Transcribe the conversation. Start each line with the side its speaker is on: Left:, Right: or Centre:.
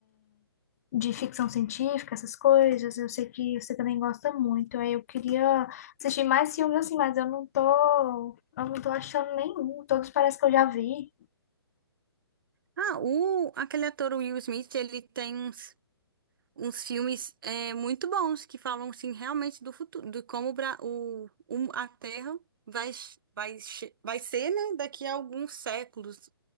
Left: de ficção científica, essas coisas, eu sei que você também gosta muito. Aí eu queria assistir mais filmes assim, mas eu não tô, eu não tô achando nenhum. Todos parece que eu já vi.
Right: Ah, o, aquele ator o Will Smith, ele tem uns, uns filmes é, muito bons que falam, assim, realmente do futuro, de como o, Bra- o, o- a Terra vai, vai, vai ser, né, daqui a alguns séculos.